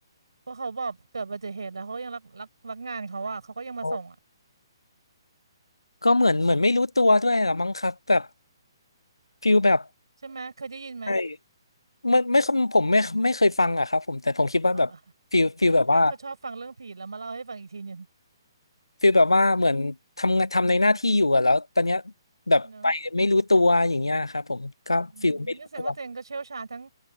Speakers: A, on the right; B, on the left.
A: เพราะเขาบอกเกิดอุบัติเหตุแล้วเขาก็ยังรักรักรักงานเขาอ่ะเขาก็ยังมาส่งอ่ะ
B: โอ้ก็เหมือนเหมือนไม่รู้ตัวด้วยลอมั้งครับแบบฟิลแบบ
A: ใช่ไหมเคยได้ยินไหม
B: ใช่ไม่ไม่ผมไม่ไม่เคยฟังอะครับผมแต่ผมคิดว่าแบบฟิลฟิลแบบว่า
A: เอาล่ะ <laughs> เพื่อนเขาชอบฟังเรื่องผีแล้วมาเล่าให้ฟังอีกทีหนึ่ง
B: ฟิลแบบว่าเหมือนทำงานทำในหน้าที่อยู่อะแล้วตอนเนี้ยแบบไปไม่รู้ตัวอย่างเงี้ยครับผมก็ฟิลไม่รู้ตัว
A: เนอะอืมนี่แสดงว่าเจนก็เชี่ยวชาญทั้ง